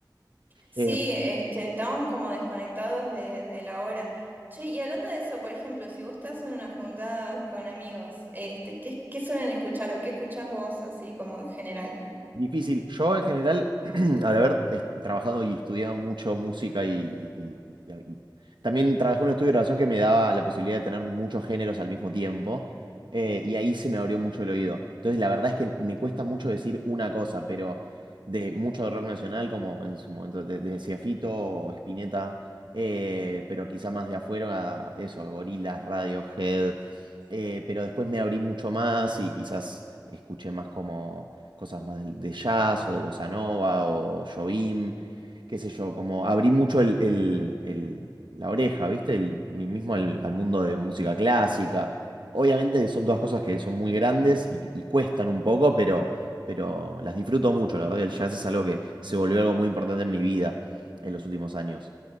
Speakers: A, on the right (about 25°); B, on the right (about 85°).
A: sí,
B: Eh,
A: este, estamos como desconectados de, de la hora. Che, y hablando de eso, por ejemplo, si vos estás en una juntada con amigos, este, ¿qué, qué suelen escuchar o qué escuchás vos así como en general?
B: Difícil. Yo en general, <clears throat> al haber eh, trabajado y estudiado mucho música y, y- y- y- también trabajé en un estudio de grabación que me daba la posibilidad de tener muchos géneros al mismo tiempo, eh, y ahí se me abrió mucho el oído. Entonces la verdad es que me cuesta mucho decir una cosa, pero de mucho de rock nacional, como en su momento de- desde decía Fito o Spinetta, eh, pero quizá más de afuera, eso, Gorillaz, Radiohead, eh, pero después me abrí mucho más y quizás escuché más como cosas más del- de, jazz o de bossa nova o Jobim, qué sé yo, como abrí mucho el, el- el- la oreja, ¿viste? El, mi- mismo al, al mundo de música clásica. Obviamente son todas cosas que son muy grandes y, y cuestan un poco, pero, pero las disfruto mucho. La verdad que el jazz es algo que se volvió algo muy importante en mi vida en los últimos años.